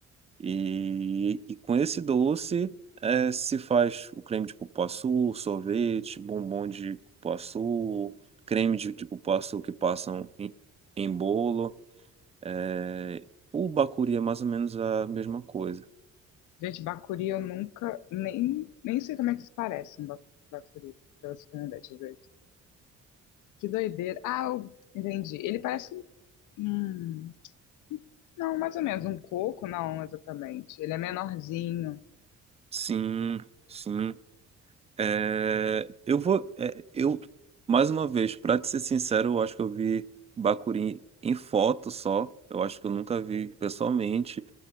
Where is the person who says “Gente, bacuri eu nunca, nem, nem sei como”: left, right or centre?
Left